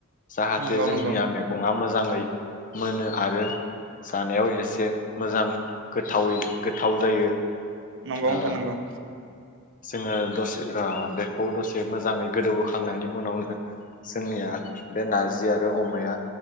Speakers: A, on the left (about 40°); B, on the right (about 65°).
A: जाहाथे
B: नंगौ
A: जोंनिया
B: नंगौ
A: मेगङा मोजां मोजाङै मोनो आरो जानायाव एसे मोजां गोथावै गोथाव जायो
B: नंगौ
A: ओ
B: थानांगौ
A: जोङो दसे ओ बेखौ दसे मोजाङै गोदौहोखांनायनि उनावनो जोंनिया बे नारजि आरो अमाया